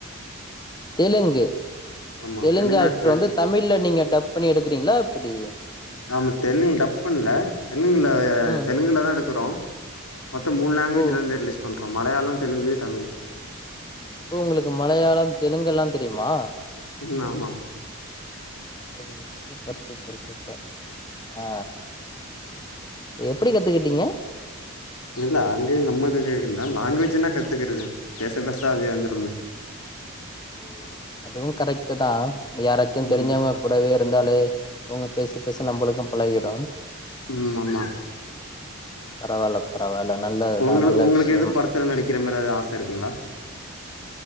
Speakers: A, on the left; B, on the left.
A: தெலுங்கு
B: ஆமா
A: தெலுங்கு ஆக்ட்ரு
B: ஆக்டர் வச்சு
A: வந்து தமிழ்ல நீங்க டப் பண்ணி எடுக்குறீங்ளா எப்புடி?
B: ஆமா தெலுங்கு டப் பண்ல தெலுங்குல
A: ம்
B: தெலுங்குல தா எடுக்குறோ மொத்தொ மூண் லங்வேஜ்லந்து
A: ஓ
B: ரிலீஸ் பண் றொ மலையாளொ தெலுங்கு தமிழ்
A: ஓ உங்களுக்கு மலையாளம் தெலுங்கெல்லா தெரியிமா?
B: ம் ஆமா.
A: ஓ சூப்பர் சூப் ப்ர் சூப்பர் ஆ எப்பிடி கத்துக்கிட்டீங்க?
B: இது லாங்வேஜ் நம்மள்டகே என்னா லாங்வேஜுன்னா கத்துக்குறது பேச பேச அதே வந்துரும்ல
A: ஓ அதுவு கரெக்ட்டு தா யாராச்சு
B: ம்
A: தெரிஞ்சவ்ங்க கூடவே இருந்தாலே அவுங்க பேச பேச நம்பளுக்கு பழகிடும்
B: ம் ஆமா
A: பரவால்ல பரவால்ல நல்லதுதா
B: உங்ள
A: நல்ல
B: உங்ளுக்கு
A: விஷயம்
B: எது படத்துல நடிக்கிற மாரி எது ஆச இருக்குங்ளா?